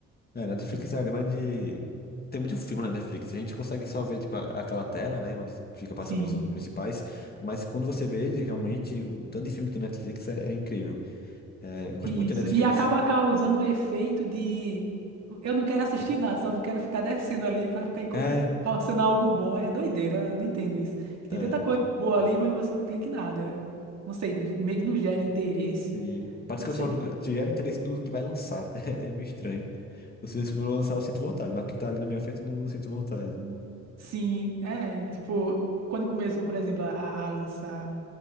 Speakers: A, on the left (about 30°); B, on the right (about 60°).
A: É, Netflix
B: Tipo,
A: é a grande. Tem muito filme na Netflix. A gente consegue só ver, tipo, a- aquela tela, né? Onde fica passando
B: Sim.
A: os principais. Mas quando você vê, realmente, o tanto de filme que tem na Netflix é, é incrível. É, eu gosto
B: Isso.
A: muito da Netflix.
B: E acaba causando um efeito de eu não quero assistir nada, só quero ficar descendo ali para ficar encontrando,
A: É,
B: causando algo bom. É doideira, eu não entendo isso. Que tem
A: é.
B: tanta coisa boa ali, mas você não clica em nada. Não sei, meio que não gera interesse.
A: sim. Parece
B: Não
A: que
B: sei
A: eu só
B: o que.
A: gero interesse no que vai lançar. <laughs> É meio estranho. Se eu lançar, eu sinto vontade, mas o que tá ali na minha frente, eu não, não sinto vontade.
B: <laughs> sim, é, tipo, quando começou, por exemplo, a, a lançar.